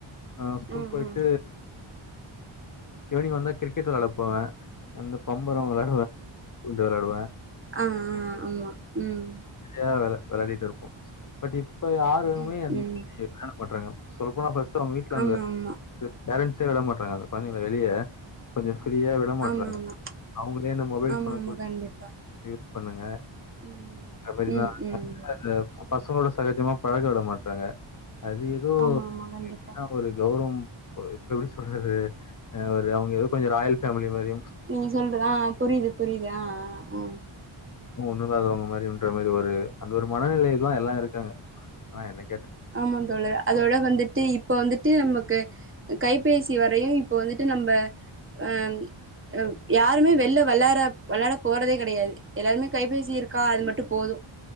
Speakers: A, on the left; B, on the right.
A: ஆஹ் ஸ்கூல்
B: ம்
A: போய்ட்டு இவ்னிங் வந்தா கிரிக்கெட் விளாட போவேன் அந்த பம்பரம் விளாடுவேன் குண்டு விளாடுவேன்
B: ஆஹ் ஆஹ் ஆமா உம்
A: நெறையா விள விளையாடிட்டு இருப்போம் பட் இப்ப யாருமே
B: ம்
A: அந்தி
B: ம்
A: விளையாட மாட்டாறாங்க சொல்ல போனா ஃபஸ்ட் அவுங்க வீட்டுல
B: ஆமா
A: வந்து
B: ஆமா
A: பேரண்ட்ஸே விட மாட்டாங்கந்த குழைந்தங் வெளிய கொஞ்சம் ஃப்ரீயா விடமாட்டறாங்க
B: ஆமா ஆமா
A: அவங்களே அந்த மொபைல்
B: ஆமா
A: போன
B: ஆமா கண்டிப்பா
A: யூஸ் பண்ணுங்க
B: ம்
A: மாரிதான்
B: ம் ம்
A: அந்த பசங்களோட சகஜமா பழக்க விட மாட்டறாங்க அது ஏதோ
B: ஆமா ஆமா கண்டிப்பா
A: <unintelligible> ஒரு கௌரவம் போய் எப்படி சொல்றது அவரு அவங்க ஏதோ கொஞ்சம் ராயல் கெல் ஃபேமிலி மாரியும்
B: நீங்க சொல்றது ஆஹ் புரியுது புரியுது ஆஹ் ஆஹ்
A: ஒன்னு இல்லாதவங்க மாரி கன்ற மாரி ஒரு அந்த ஒரு மனநிலைல்லாம் எல்லாம் இருக்காங்க ஆனா என்னை
B: ஆமா தோழர் அதோட வந்து ட்டு இப்ப வந்துட்டு நமக்கு கைபேசி வரையும் இப்ப வந்துட்டு நம்ம அஹ் யாருமே வெளில விளா விளாட போறதே கிடையாது எல்லாருமே கைபேசி இருக்கா அது மட்டும் போதும்